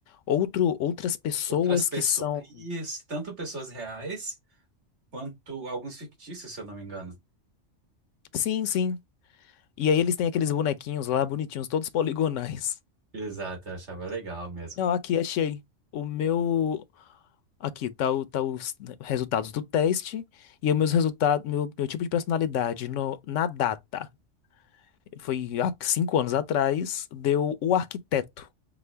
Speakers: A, on the left (about 85°); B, on the right (about 70°).
A: outro, outras pessoas
B: Outras pessoas,
A: que são.
B: isso, tanto pessoas reais quanto alguns fictícios, se eu não me engano.
A: Sim, sim. E aí eles têm aqueles bonequinhos lá, bonitinhos, todos poligonais.
B: Exato, eu achava legal
A: <laughs>
B: mesmo.
A: Não, aqui, achei. O meu. Aqui, tá, o- tá os resultados do teste e o meus resultados, meu, meu tipo de personalidade no, na data. Foi há cinco anos atrás, deu o arquiteto.